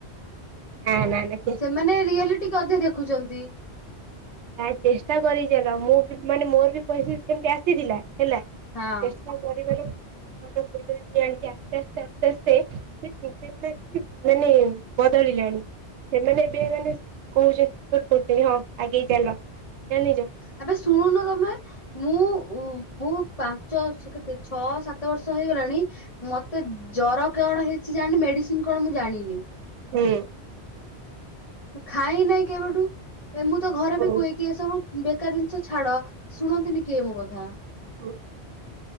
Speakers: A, on the right; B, on the left.
A: ଆଁ, ନାଇଁ ନାଇଁ।
B: ସେମାନେ ରିୟଲି ଟିକେ ଅଧେ ଦେଖୁଛନ୍ତି।
A: ନାଇଁ ଚେଷ୍ଟା କରି ଚାଲ, ମୁଁ ବି ମାନେ ମୋର ବି ପରିସ୍ଥିତି ସେମତି ଆସିଥିଲା ହେଲା।
B: ହଁ
A: ଚେଷ୍ଟା କରିବାରୁ <inaudible> ଆସ୍ତେ ଆସ୍ତେ ଆସ୍ତେ, ସେ କୁଂପି ଗୁଡାକି ମାନେ ବଦଳିଲାଣି। ସେମାନେ ଏବେ ମାନେ କହୁଛନ୍ତି, ସପୋର୍ଟ କରୁଛନ୍ତି ହଁ, ଆଗେଇ ଚାଲ। ଜାଣିଛ।
B: ଆବେ ଶୁଣୁନ ତମେ ମୁଁ ଉ ମୁଁ ପାଞ୍ଚ ସ କେତେ, ଛଅ ସାତ ବର୍ଷ ହେଇଗଲାଣି। ମତେ ଜର କଣ ହେଇଛି, ଜାଣିନି। ମେଡିସିନ କଣ ମୁଁ ଜାଣିନି।
A: ହୁଁ।
B: ମୁଁ ଖାଇ ନାହିଁ କେବେଠୁ? ଏ ମୁଁ ତ ଘରେ
A: ହଉ
B: ବି କୁହେକ୍ କି ଏସବୁ ବେକାର ଜିନିଷ ଛାଡ। ଶୁଣନ୍ତିନି କିଏ ମୋ କଥା।
A: ବୁ